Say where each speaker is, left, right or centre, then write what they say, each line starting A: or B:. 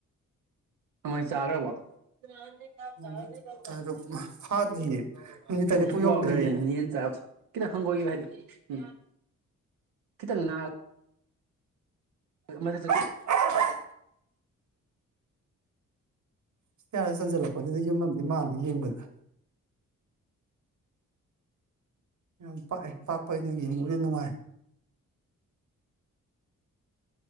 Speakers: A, on the right; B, on the right.
A: ꯃꯣꯏ ꯆꯥꯒ꯭ꯔꯕꯣ <unintelligible> <unintelligible>
B: ꯃꯤꯅꯤꯠ ꯇꯔꯨꯛ ꯐꯥꯗꯤꯌꯦ ꯃꯤꯅꯤꯠ ꯇꯔꯦꯠꯄꯨ
A: ꯊꯨꯛ ꯊꯨꯛ
B: ꯌꯧꯗ꯭ꯔꯤꯌꯦ
A: ꯂꯥꯎꯂꯩꯔꯦꯅꯦ ꯌꯦꯟ ꯆꯕꯁꯦ ꯈꯤꯇꯪ ꯍꯪꯒꯣꯏꯈꯤꯕ ꯍꯥꯏꯗꯤ ꯎꯝ ꯈꯤꯇꯪ ꯅꯥꯟ <unintelligible>
B: <unintelligible> ꯏꯁꯇꯤꯌꯥꯔꯗ ꯆꯟꯁꯤꯜꯂꯛꯄꯖꯤꯗ ꯌꯨꯝ ꯑꯃꯗꯤ ꯃꯜꯂꯤ ꯌꯦꯡꯕꯗ ꯌꯥꯝ ꯄꯥꯛꯑꯦ ꯄꯥꯛꯄꯩꯅꯤꯅꯥ ꯌꯦꯡꯕꯨꯗꯤ ꯅꯨꯡꯉꯥꯏ